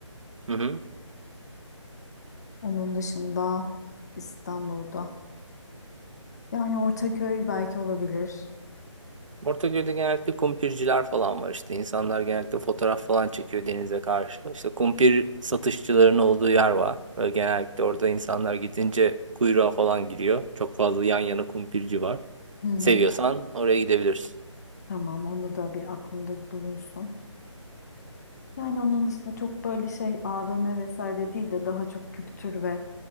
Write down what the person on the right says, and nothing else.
Hı hı.
Ortaköy'de genellikle kumpirciler falan var işte. İnsanlar genellikle fotoğraf falan çekiyor denize karşı. İşte kumpir satışçılarının olduğu yer var. Böyle genellikle orada insanlar gidince kuyruğa falan giriyor. Çok fazla yan yana kumpirci var.
Seviyorsan oraya gidebilirsin.